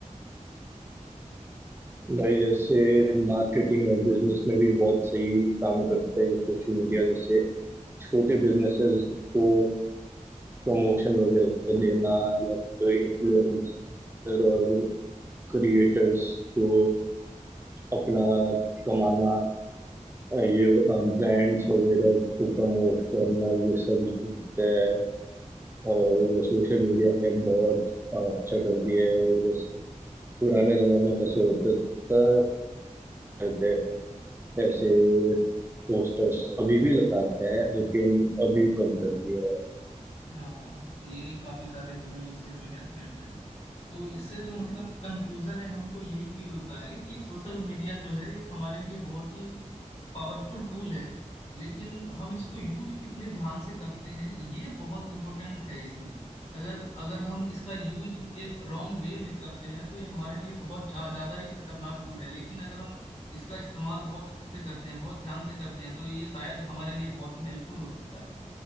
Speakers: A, on the right (about 20°); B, on the left (about 55°).
A: भाई जैसे मार्केटिंग और बिजनेस में भी बहुत सही काम करते हैं सोशल मीडिया जैसे छोटे बिजनेसेस को प्रमोशन वगैरह देना या तो इन्फ्लुएंसर और क्रिएटर्स को अपना कमाना हाँ, ये ब्रांड्स वगैरह को प्रमोट करना ये सब जितना है और सोशल मीडिया ने बहुत अ, अच्छा कर दिया है जैसे पुराने जमाने में ऐसे होता था रहते ऐसे पोस्टर्स अभी भी लगाते हैं लेकिन अभी कम कर दिया है
B: हाँ हाँ तो यही काफी सारे जो है इससे हमें हेल्प मिल रही है तो इससे जो मतलब कंक्लूजन है हमको यही फील होता है कि सोशल मीडिया जो है एक हमारे लिए बहुत ही पावरफुल टूल है लेकिन हम इसको यूज कितने ध्यान से करते हैं ये बहुत इंपॉर्टेंट है इसमें अगर अगर हम इसका यूज एक रॉन्ग वे में करते हैं तो ये हमारे लिए बहुत जा, ज्यादा ही खतरनाक टूल है लेकिन अगर हम इसका इस्तेमाल बहुत अच्छे से करते हैं बहुत ध्यान से करते हैं तो ये शायद हमारे लिए बहुत ही हेल्पफुल हो सकता है